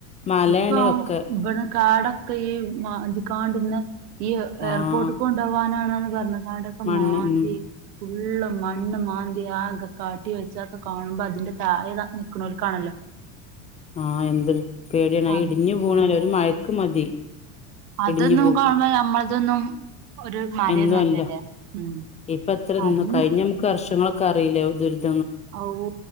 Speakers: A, on the left; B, on the right.
A: മലയാണ്
B: ഇപ്പൊ
A: ഒക്കെ
B: ഇവ്ട കാടൊക്ക ഈ മാന്തി കാണ്ട്ന്ന് ഇയ്
A: ആഹ്
B: എർപോർട്ട്ക്ക്‌ കൊ ണ്ടോവാനാണ്ന്ന് പറഞ്ഞ് കാണ്ടൊക്കെ
A: മണ്ണ്
B: മാന്തി
A: ഉം
B: ഫുള്ള് മണ്ണ് മാന്തി യാകെ കാട്ടി വെച്ച ഒക്ക കാണുമ്പ അതിൻ്റെ തായെ ദാ നിക്ക്‌ണോൽക്കാണല്ലോ.
A: ആഹ് എന്തൊര് പേടിയാണ് അയിട്ഞ്ഞ്
B: അത്
A: വീണാലൊര്
B: ആഹ്
A: മയക്ക് മതി.
B: അതൊന്നും
A: ഇടിഞ്ഞു
B: കാണുമ്പം ഞമ്മൾതൊന്നും ഒരു മലയൊന്നല്ലല്ലേ
A: എന്നു അല്ല.
B: ഉം
A: ഇപ്പ എത്രെ ന്ന്
B: അന്ന്
A: കയ്ഞ്ഞ മ്ക്ക് വർഷങ്ങളൊക്ക അറീല്ലേ ദുരിദ്
B: ഔവൂ